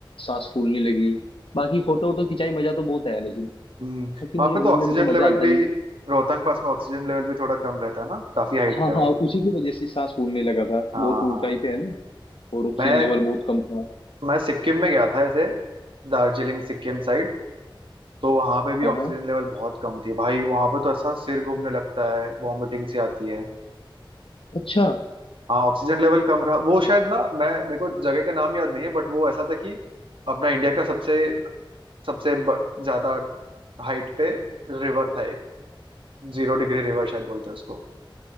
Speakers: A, on the left; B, on the right.
A: सांस फूलने लगी बाकी फोटो वोटो खिंचाई मजा तो बहुत आया लेकिन
B: हम्म
A: क्योंकि
B: वहां
A: मुझे
B: पे
A: घूमने
B: तो ऑक्सीजन
A: में तो मजा
B: लेवल
A: आता
B: भी
A: ही है।
B: रोहतांग पास में ऑक्सीजन लेवल भी थोड़ा कम रहता है ना काफी हाइट
A: हाँ
B: पे
A: हाँ
B: वो
A: उसी की वजह से सांस फूलने लगा था
B: हाँ
A: बहुत ऊंचाई
B: हाँ
A: पे है ना और ऑक्सीजन
B: मैं
A: लेवल बहुत कम था
B: मैं सिक्किम में गया था ऐसे दार्जिलिंग सिक्किम साइड तो वहां पे भी
A: हाँ
B: ऑक्सीजन
A: हाँ
B: लेवल बहुत कम थी भाई वहां पे तो ऐसा सिर घूमने लगता है वॉमिटिंग सी आती है
A: अच्छा
B: हाँ ऑक्सीजन लेवल कम रहा वो शायद ना मैं मेरे को जगह का नाम याद नहीं है बट वो ऐसा था कि अपना इंडिया का सबसे सबसे ब- ज्यादा हाइट पे रिवर था एक जीरो डिग्री रिवर शायद बोलते हैं उसको